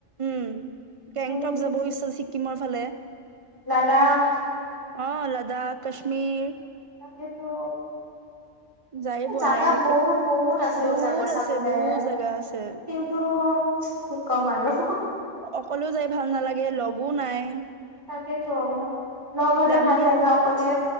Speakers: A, on the right; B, on the right.
A: উম গেংটক
B: উম
A: যাব ইচ্ছা ছিক্কিমৰ ফালে-
B: লাডাখ
A: অ লাডাখ কাশ্মীৰ -
B: তাকেটো।
A: যায়ে পোৱা
B: জাগা
A: নাই ৰে
B: বহুত
A: কে
B: বহুত আছে
A: বহুত
B: জাগা চাবলৈ
A: আছে বহুত জেগা আছে
B: কিন্তু- কি কম আৰু-
A: অকলে যাই ভাল নালাগে লগো নাই-
B: তাকেটো - লগ হলে
A: যাম
B: ভাল
A: দিয়া
B: লাগে অকলে